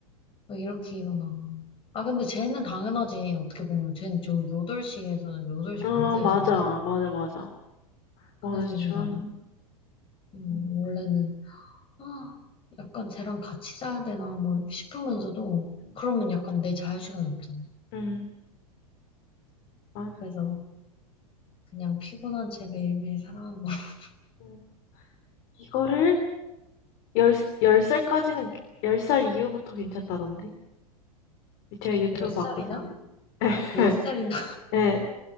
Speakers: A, on the left; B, on the left.
A: 뭐 이렇게 일어나. 아, 근데 쟤는 당연하지. 어떻게 보면 쟤는 저 8시에서 8시
B: 아,
A: 반 사이잖아.
B: 맞아, 맞아, 맞아.
A: 그래서
B: 맞아, 주원이.
A: 이제 나도, 음,
B: 응,
A: 원래는 아, 약간 쟤랑 같이 자야 되나 뭐 싶으면서도
B: 응,
A: 그러면 약간 내 자유시간이 없잖아.
B: 응, 맞아.
A: 그래서 그냥 피곤한 쟤 매일매일 살아하는거 <laughs>
B: 응. 이거를 열, 열 살까지는, 열 살 이후부터 괜찮다던데? 제가 유튜브
A: 열 살이나?
B: 봤거든요. <laughs>
A: 열 살이나?
B: 예,